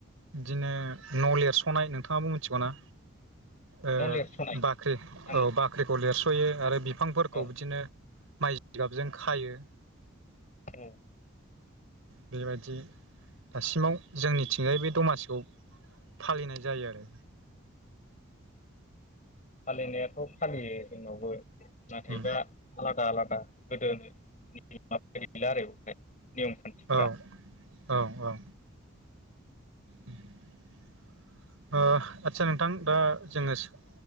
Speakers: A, on the right; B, on the left.
A: इदिनो नलेज सनाय नोंथाङाबो मिथिगौ ना? ओ
B: न' लिरस'नाय
A: बाख्रि
B: आं
A: औ बाख्रि लेरस'यो आरो बि बिफांफोरखौ
B: औ
A: बिदिनो माइ जिगाबजों खायो।
B: औ
A: बेबायदि दासिमाव जोंनिथिंजाय बे दमासिखौ फालिनाय जायो आरो।
B: फालिनायाथ' फा फालियो जोंनावबो नाथायबा
A: उम
B: आलादा आलादा गोदो <inaudible> आरो उमफाय नियम खान्थिफ्रा
A: औ औ औ उम ओ आदसा नोंथां दा जोङो सो